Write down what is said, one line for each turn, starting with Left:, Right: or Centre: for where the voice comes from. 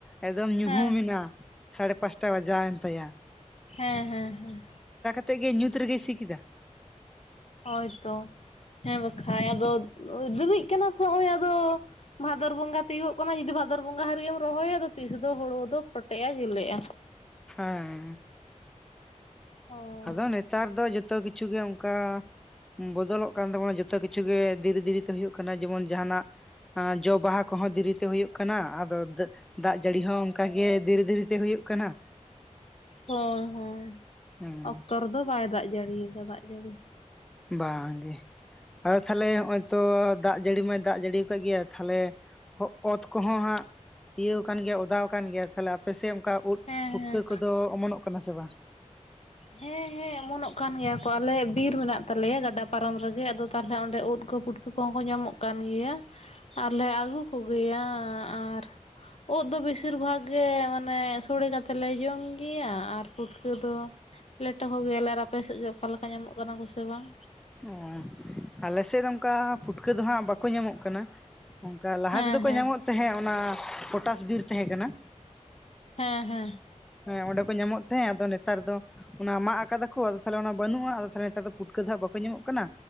Centre: ᱮᱠᱫᱚᱢ ᱧᱩᱦᱩᱢ
Left: ᱦᱮᱸ
Centre: ᱮᱱᱟ ᱥᱟᱲᱮ ᱯᱟᱸᱪᱴᱟ ᱵᱟᱡᱟᱣᱮᱱ ᱛᱟᱭᱟ᱾
Left: ᱦᱮᱸ ᱦᱮᱸ ᱦᱮᱸ᱾
Centre: ᱛᱮ ᱜᱮ ᱧᱩᱛ ᱨᱮᱜᱮᱭ ᱥᱤ ᱠᱮᱫᱟ᱾
Left: ᱦᱳᱭᱛᱚ ᱦᱮᱸ ᱵᱟᱠᱟᱡ ᱟᱫᱚ ᱫᱤᱨᱤᱜ ᱠᱟᱱᱟ ᱥᱮ ᱚᱭ ᱟᱫᱚ ᱵᱷᱟᱫᱚᱨ ᱵᱚᱸᱜᱟ ᱛᱤᱭᱳᱚᱜᱚ ᱠᱟᱱᱟ ᱡᱩᱫᱤ ᱵᱷᱟᱫᱚᱨ ᱵᱚᱸᱜᱟ ᱦᱟᱹᱨᱤᱡ ᱮᱢ ᱨᱚᱦᱚᱭᱟ ᱟᱫᱚ ᱛᱤᱥ ᱫᱚ ᱦᱩᱲᱩ ᱫᱚ ᱯᱚᱴᱮᱜᱼᱟ ᱜᱮᱞᱮᱜᱼᱟ᱾
Centre: ᱦᱮᱸ᱾
Left: ᱚ ᱦᱚᱸ
Centre: ᱟᱫᱚ ᱱᱮᱛᱟᱨ ᱫᱚ ᱡᱚᱛᱚ ᱠᱤᱪᱷᱩ ᱜᱮ ᱚᱝᱠᱟ ᱵᱚᱫᱚᱞᱚᱜ ᱠᱟᱱ ᱛᱟᱵᱚᱱᱟ ᱡᱷᱚᱛᱚ ᱠᱤᱪᱷᱩ ᱜᱮ ᱫᱷᱤᱨᱮ ᱫᱤᱨᱮᱛᱮ ᱦᱩᱭᱩᱜ ᱠᱟᱱᱟ ᱡᱮᱢᱚᱱ ᱡᱟᱦᱟᱸᱱᱟᱜ ᱟᱸ ᱡᱚ ᱵᱟᱦᱟ ᱠᱚᱦᱚᱸ ᱫᱤᱨᱤᱛᱮ ᱦᱩᱭᱩᱜ ᱠᱟᱱᱟ ᱟᱫᱚ ᱫᱟᱹ ᱫᱟᱜ ᱡᱟᱹᱲᱤ ᱦᱚᱸ ᱚᱱᱠᱟᱜᱮ ᱫᱤᱨᱤ ᱫᱤᱨᱤᱛᱮ ᱦᱩᱭᱩᱜ ᱠᱟᱱᱟ᱾
Left: ᱦᱳᱭ ᱦᱮᱸ
Centre: ᱦᱩᱸ
Left: ᱚᱠᱛᱚ ᱨᱮᱫᱚ ᱵᱟᱭ ᱫᱟᱜ ᱡᱟᱹᱲᱤᱭᱫᱟ ᱫᱟᱜ ᱡᱟᱹᱲᱤ᱾
Centre: ᱵᱟᱝᱜᱮ ᱟᱫᱚ ᱛᱟᱦᱞᱮ ᱦᱚᱸᱜᱼᱚᱭ ᱛᱚ ᱫᱟᱜ ᱡᱟᱹᱲᱤ ᱢᱟᱭ ᱫᱟᱜ ᱡᱟᱹᱲᱤᱭ ᱠᱟᱜ ᱜᱮᱭᱟ ᱛᱟᱦᱞᱮ ᱦᱚᱜ ᱚᱛ ᱠᱚᱦᱚᱸ ᱦᱟᱸᱜ ᱤᱭᱟᱹᱣ ᱠᱟᱱ ᱜᱮᱭᱟ ᱚᱫᱟᱣ ᱠᱟᱱ ᱜᱮᱭᱟ, ᱛᱟᱦᱞᱮ ᱟᱯᱮ ᱥᱮᱡ ᱚᱱᱠᱟ ᱳᱫᱽ
Left: ᱦᱮᱸ
Centre: ᱯᱩᱴᱠᱟᱹ
Left: ᱦᱮᱸ
Centre: ᱠᱚᱫᱚ ᱚᱢᱚᱱᱚᱜ ᱠᱟᱱᱟ ᱥᱮ ᱵᱟᱝ?
Left: ᱦᱮᱸ ᱦᱮᱸ ᱮᱢᱚᱱᱚᱜ ᱠᱟᱱ ᱜᱮᱭᱟ ᱠᱚ ᱟᱞᱮ ᱵᱤᱨ ᱢᱮᱱᱟᱜ ᱛᱟᱞᱮᱭᱟ ᱜᱟᱰᱟ ᱯᱟᱨᱚᱢ ᱨᱮᱜᱮ ᱟᱫᱚ ᱛᱟᱦᱚᱞᱮ ᱚᱸᱰᱮ ᱩᱫ ᱠᱚ ᱯᱩᱴᱠᱟᱹ ᱠᱚᱦᱚᱸ ᱠᱚ ᱧᱟᱢᱚᱜ ᱠᱟᱱ ᱜᱮᱭᱟ ᱟᱨᱞᱮ ᱟᱹᱜᱩ ᱠᱚᱜᱮᱭᱟ, ᱟᱨ ᱳᱫᱽ ᱫᱚ ᱵᱮᱥᱤᱨ ᱵᱷᱟᱜᱽ ᱜᱮ ᱢᱟᱱᱮ ᱥᱳᱲᱮ ᱠᱟᱛᱮ ᱞᱮ ᱡᱚᱢ ᱜᱮᱭᱟ ᱟᱨ ᱯᱩᱴᱠᱟᱹ ᱫᱚ ᱞᱮᱴᱚ ᱠᱚᱜᱮᱭᱟᱞᱮ ᱟᱨ ᱟᱯᱮ ᱥᱮᱡ ᱜᱮ ᱚᱠᱟᱮ ᱞᱮᱠᱟ ᱧᱟᱢᱚᱜ ᱠᱟᱱᱟ ᱠᱚᱥᱮ ᱵᱟᱝ?
Centre: ᱚ ᱟᱞᱮᱥᱮᱫ ᱫᱚ ᱚᱱᱠᱟ ᱯᱷᱩᱴᱠᱟᱹ ᱫᱚ ᱦᱟᱸᱜ ᱵᱟᱠᱚ ᱧᱟᱢᱚᱜ ᱠᱟᱱᱟ, ᱚᱱᱠᱟ ᱞᱟᱦᱟ
Left: ᱦᱮᱸ
Centre: ᱛᱮᱫᱚ ᱠᱚ
Left: ᱦᱮᱸ
Centre: ᱧᱟᱢᱚᱜ ᱛᱟᱦᱮᱸᱫ ᱚᱱᱟ ᱯᱚᱴᱟᱥ ᱵᱤᱨ ᱛᱮᱦᱮᱸ ᱠᱟᱱᱟ᱾
Left: ᱦᱮᱸ ᱦᱮᱸ᱾
Centre: ᱦᱮᱸ ᱚᱸᱰᱮ ᱠᱚ ᱧᱟᱢᱚᱜ ᱛᱟᱦᱮᱸ ᱟᱫᱚ ᱱᱮᱛᱟᱨ ᱫᱚ ᱚᱱᱟ ᱢᱟᱜ ᱟᱠᱟᱫᱟ ᱠᱚ ᱟᱫᱚ ᱛᱟᱦᱞᱮ ᱚᱱᱟ ᱵᱟᱹᱱᱩᱜ-ᱟ, ᱟᱫᱚ ᱛᱟᱦᱞᱮ ᱱᱮᱛᱟᱨ ᱫᱚ ᱯᱩᱴᱠᱟᱹ ᱫᱚ ᱦᱟᱜ ᱵᱟᱠᱚ ᱧᱟᱢᱚᱜ ᱠᱟᱱᱟ᱾